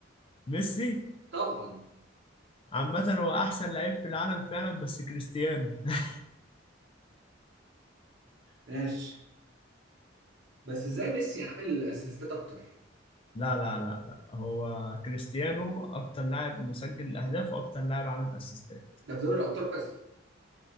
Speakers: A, on the left; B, on the right.
A: ميسي
B: طبعا
A: عامة هو أحسن لعيب في العالم فعلا بس كريستيانو <laughs>
B: ماشي بس ازاي ميسي عامل اسيستات اكتر
A: لا لا لا لا هو كريستيانو أكتر لاعب مسجل الأهداف وأكتر لاعب عامل أسيستات
B: ده في دوري الابطال بس